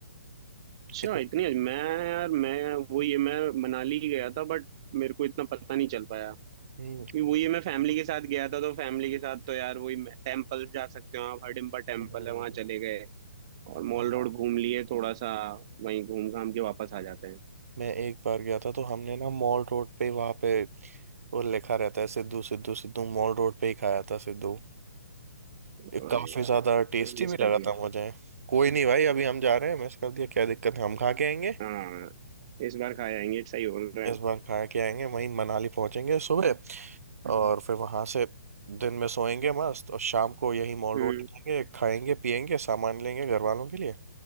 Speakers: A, on the right; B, on the right.
A: अच्छा
B: इतना
A: इतनी मैं यार मैं वो ये मैं मनाली गया था बट मेरे को इतना पता नहीं चल पाया
B: हम्म,
A: ये- वो ये मैं फैमिली के साथ गया था तो फैमिली के साथ तो यार वही टेम्पल्स जा सकते हो आप हडिम्बा टेम्पल
B: हम्म, हम्म,
A: है वहाँ
B: हम्म।
A: चले गए और मॉल
B: हाँ
A: रोड घूम लिए थोड़ा सा वहीं घूम घाम के वापस आ जाते हैं
B: मैं एक बार गया था तो हमने ना मॉल रोड पे वहाँ पे वो लिखा रहता है सिद्धू सिद्धू सिद्धू मॉल रोड पे ही खाया था सिद्धू
A: अरे
B: काफी
A: यार
B: ज्यादा टेस्टी
A: मिस
B: भी लगा
A: कर दिया
B: था मुझे कोई नहीं भाई अभी हम जा रहे हैं मिस कर दिया क्या दिक्कत है हम खा के आएंगे
A: हाँ इस बार खा आएंगे सही बोल रहे
B: इस
A: हैं
B: बार खा के आएंगे वहीं मनाली पहुंचेंगे सुबह हम्म। और फिर वहां से दिन में सोएंगे मस्त और शाम को यही मॉल
A: हम्म
B: रोड निकलेंगे खाएंगे पिएंगे सामान लेंगे घर वालों के लिए